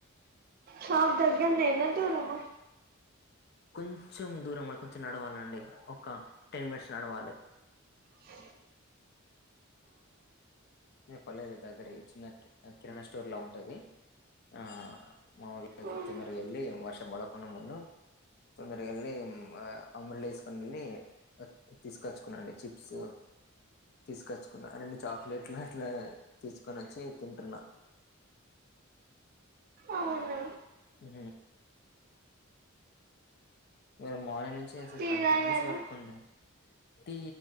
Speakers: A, on the right; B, on the left.
A: షాప్ దగ్గరనేనా దూరమా
B: కొంచెం దూరం కొంచెం నడవాలండి ఒక టెన్ మినిట్స్ నడవాలి
A: స
B: ఆ పర్లేదు దగ్గరే ఇ చిన్న కిరాణా స్టోర్ లా ఉంటది ఆ మామూలుగా కొంచెం
A: ఉహు.
B: తొందరగా ఎల్లి వర్షం పడక ముందు తొందరగా వెళ్ళి అమ్బ్రెల్ల వేసుకొనేళ్ళి తీసుకొచ్చుకున్నాండి చిప్స్ తీసుకొచ్చుకున్నా రెండు చాక్లెట్లు అట్లా తీసుకొని వచ్చి తింటున్నా
A: అవునా
B: హు మీరు మార్నింగ్ నుంచి అసలు
A: టీ
B: కంటిన్యూస్
A: తాగాను
B: వర్క్ ద్ ఈ